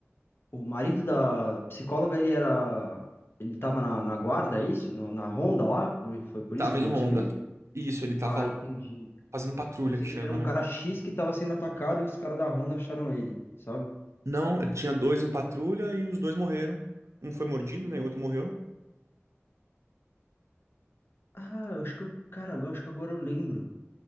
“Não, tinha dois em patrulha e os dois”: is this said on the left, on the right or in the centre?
Right